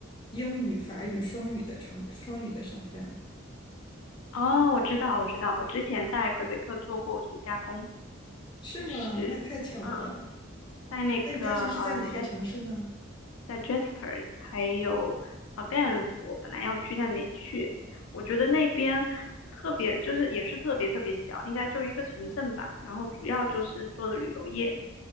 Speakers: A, on the left; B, on the left.
A: 英语、法语双语的城，双语的省份。
B: 哦，我知道，我知道，我之前在魁北克做过暑假工，
A: 是吗？
B: 就是嗯，
A: 那太巧了。
B: 在那个呃
A: 那你当时是在哪个城市呢？
B: Jasper。在 Jasper 还有 a Banff，我本来要去但没去。我觉得那边特别就是也是特别特别小，应该就一个城镇吧，然后主要就是做的旅游业。